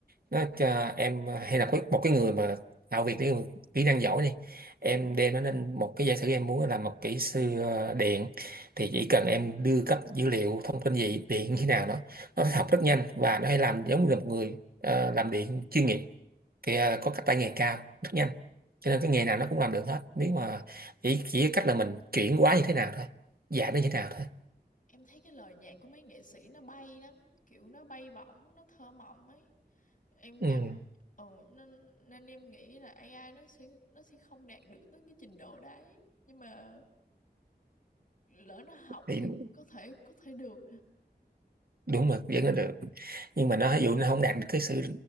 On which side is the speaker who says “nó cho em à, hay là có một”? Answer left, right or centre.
Right